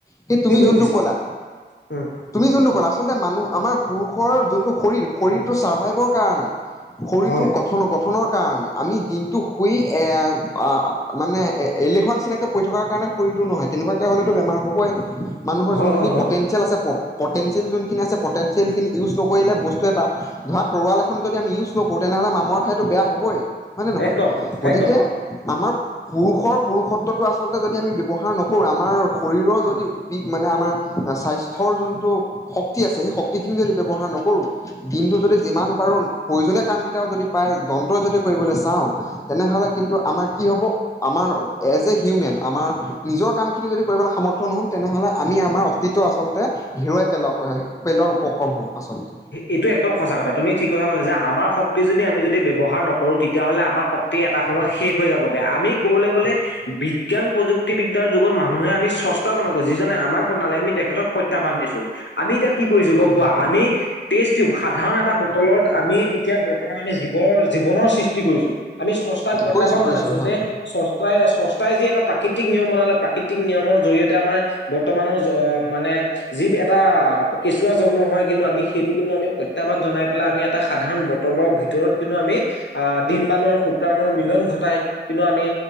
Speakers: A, on the left; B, on the left.
A: সেই তুমি
B: কি বুলি
A: যোনটো
B: কৈছে
A: ক'লা,
B: উম
A: তুমি যোনটো ক'লা আচলতে মানুহ, আমাৰ পুৰুষৰ যোনটো শৰীৰ শৰীৰটো চাৰ্ভাইভৰ কাৰণে শৰীৰটো
B: হয়।
A: গঠন গঠনৰ কাৰণে, আমি দিনটো শুই এ আ মানে এ-এলেহুৱা নিচিনাকে পৰি থকাৰ কাৰণে শ টো নহয় তেনেকুৱাকে হলেটো বেমাৰ হ'ব
B: <inaudible>
A: মানুহৰ যোনখিনি
B: হয় হয়
A: পটেঞ্চিয়েল আছে প-পটেঞ্চিয়েল যোনখিনি আছে, পটেনঞ্চিয়েলখিনি ইউজ নকৰিলে বস্তু এটা ধৰা তৰোৱাল এখন যদি আমি ইউজ নকৰোঁ তেনেহ'লে মামৰ খায়তো বেয়া হ'বই হয়নে নহয়,
B: একদম
A: গতিকে
B: একদম।
A: আমাৰ পুৰুষৰ পুৰুষত্বটো আচলতে যদি আমি ব্যৱহাৰ নকৰোঁ, আমাৰ শৰীৰৰ যদি দি মানে আমাৰ স্বাস্থ্যৰ যোনটো শক্তি আছে, সেই শক্তিখিনি যদি ব্যৱহাৰ নকৰোঁ কিন্তু যদি যিমান পাৰো প্ৰয়োজনীয় কাম কেইটাও যদি পায় যন্ত্ৰই যদি কৰিবলৈ চাওঁ তেনেহ'লে কিন্তু- আমাৰ কি হ'ব আমাৰ এজ এ হিউমেন আমাৰ নিজৰ কামখিনি যদি কৰিবলৈ সামৰ্থ নহম- তেনেহ'লে আমি আমাৰ অস্তিত্ব আচলতে হেৰুৱাই পেলওঁ পেলোৱাৰ উপক্ৰম হ'ম। আচলতে
B: এইটো একদম সঁচা কথা তুমি ঠিক কথা কৈছা যে আমাৰ শক্তি যদি আমি যদি- ব্যৱহাৰ নকৰো তেতিয়াহ'লে আমাৰ শক্তি এটা সময়ত শেষ হৈ যাবগে। আমি ক'বলৈ গ'লে- বিজ্ঞান প্ৰযুক্তিবিদ্যাৰ যুগত মানুহে আমি চষ্টাজনকো যিজনে আমাক বনালে আমি তেখেতক প্ৰত্যাহ্বান দিছো। আমি এতিয়া কি কৰিছো
A: হয়
B: গম
A: হয়
B: পোৱা আমি টেচ তিওব সাধাৰণ এটা বটলত আমি- এতিয়া বৰ্তমান আমি জীৱৰ জী- বনৰ সৃষ্টি কৰিছো আমি সষ্টাক প্ৰত্যাহ্বান
A: কৰিছোঁ কৰিছোঁ
B: জনাইছো
A: হয়
B: যে সষ্টাই সষ্টাই যি এটা প্ৰাকৃতিক নিয়ম- বনালে প্ৰাকৃতি- নিয়মৰ জৰিয়তে আমাৰ বৰ্তমানৰ মানে যি এটা কেঁচুৱা জন্ম হয় কিন্তু আমি- সেইটো কিন্তু আমি প্ৰত্যাহ্বান জনাই পেলাই আমি এটা সাধাৰণ বতটৰৰ ভিতৰত কিন্তু আমি আহ ডিম বানৰু- সেইকাৰণে মিলন ঘটাই কিন্তু আমি